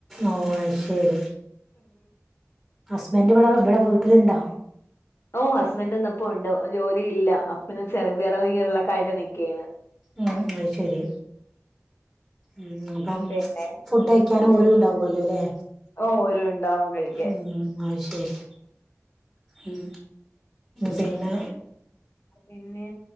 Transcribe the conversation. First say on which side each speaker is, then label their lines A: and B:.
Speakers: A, in the centre; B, on the left.
A: ഓ ശരി ഹസ്ബൻ്റ് ഇവിടെ ഇവിടെ വീട്ടില്ണ്ടോ
B: ഓ ഹസ്ബൻറ് ഇന്ന്പ്പൊ ഉണ്ട് ജോലി ഇല്ല അപ്പിന്നെ ചെറിയ വെറവ്കീറലൊക്കായിട്ട് നിക്കേയാണ്
A: ഉം അയ്ശെരി ഉം അപ്പം
B: പിന്നെ
A: ഫുഡ് കഴിക്കാനും
B: ഉം
A: ഓരും ഉണ്ടാവുവല്ലോ അല്ലേ
B: ഓ ഓരു ഉണ്ടാവും കഴിക്കാൻ
A: ഉം, അത് ശരി ഉം പിന്നെ
B: പിന്നെ